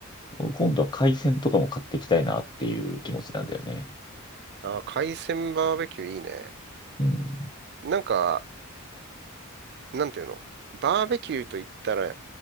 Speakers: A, on the left; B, on the right.
A: 今度は海鮮とかも買っていきたいなっていう気持ちなんだよね。
B: あー、海鮮バーベキューいいね。
A: うん。
B: なんか、なんていうのバーベキューと言ったら